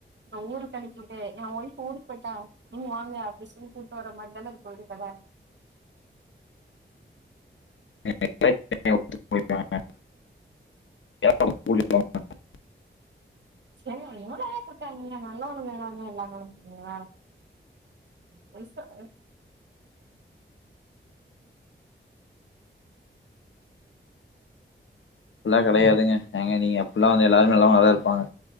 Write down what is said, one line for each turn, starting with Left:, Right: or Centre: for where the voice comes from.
Right: நா ஊருக்கான்டி போய்டே எ ஒய்ஃப் ஊருக் போய்ட்டா து வாங்க அட்மிஷன்னு கூட்டு வர மாட்டனது அது போய்டுதான
Left: <inaudible> <inaudible>
Right: சரி அவனுக் எவ்ளவே குடுக்காங்க நல்ல ஒண்ணு வேடானு எல்லாமு சொங்க <inaudible> அ
Left: அப்பில்லா கெடையாதுங்க ஏங்க நீங்க அப்பில்லா வந்து எல்லாருமே நல்லாவுங்களாதா இருப்பாங்க